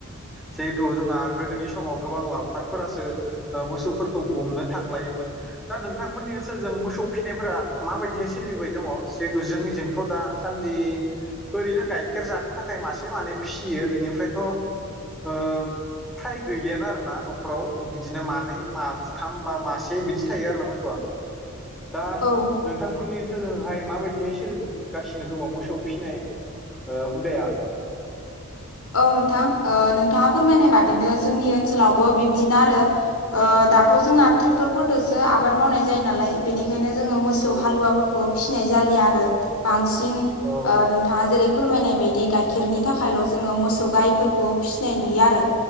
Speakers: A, in the centre; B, on the left (about 80°).
A: जिहेथु जोंहा गोदोनि समाव गोबां लावखारफोरासो ओ मोसौफोरखौ गुमनो थांलायोमोन। दा नोंथांमोननि ओनसोलजों मोसौ फिसिनायफोरा माबायदिहाय सोलिबोबाय दंङ जिहेथु जोंनिजोंथ' दा दासान्दि ओरैनो गाइखेर जानो थाखाय मासे मानै फिसियो बिनिफ्रायथ' ओ। फ्राय गैलियानो आर ना न'खराव बिदिनो मानै माथाम बा मासे बिदि थायो आरो ना मोसौआ
B: <inaudible>
A: दा
B: औ
A: नोंथांमोननि ओनसोलजोंहाय माबायदिहाय सोलिगासिनो दंङ' मोसौ फिसि फिनाय ओ हुदाया
B: औ नोंथां। ओ नोंथांङा फोरमायनाय बादिनो जोंनि ओनसोलावबो बिबदिनो आरो ओ दाथ' जोंना ट्रेक्टरफोरदसो आबाद मावनाय जायो नालाय। बेनिखायनो जोंङो मोसौ
A: औ औ
B: हालुवाफोरखौ फिसिनाय जालि आरो बांसिन
A: औ
B: नोंथांङा जेरै फोरमायनाय बायदि गाइखेरनि थाखायल। जोंङो मोसौ गायफोरखौ फिसिनाय नुयो आरो